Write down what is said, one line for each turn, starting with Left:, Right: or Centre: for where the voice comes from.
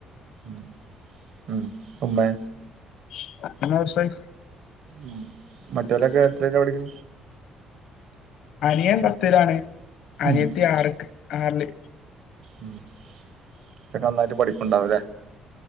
Right: ഉം ഉം ഉമ്മേ
Left: <unintelligible>
Right: ഉം മറ്റേലൊക്കെ എത്രെയില പഠിക്കണെ
Left: അനിയൻ പത്തിലാണ് അനിയത്തി
Right: ഉം
Left: ആറ്ക്ക് ആറില്
Right: ഉം അവരൊക്കെ നന്നായിട്ട് പഠിക്ണ്ടാവല്ലേ